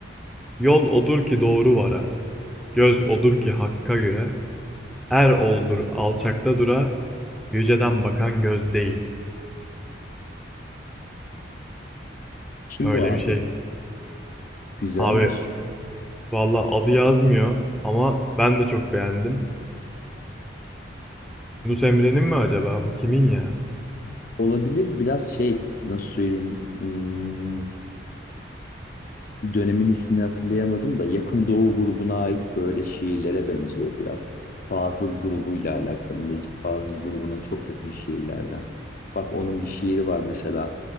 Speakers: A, in the centre; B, on the left (about 45°).
A: Yol odur ki doğru vara, göz odur ki hakka göre. Er oldur alçakta dura, yüceden bakan göz değil.
B: Kim
A: Böyle
B: bu abi?
A: bir şey.
B: Güzelmiş.
A: Abi valla adı yazmıyor ama ben de çok beğendim. Yunus Emre'nin mi acaba? Bu kimin ya?
B: Olabilir biraz şey nasıl söyleyeyim hmm, dönemin ismini hatırlayamadım da Yakın Doğu grubuna ait böyle şiirlere benziyor biraz. Fazıl grubuyla alakalı Necip Fazıl grubuna çok yakın şiirlerden. Bak onun bir şiiri var mesela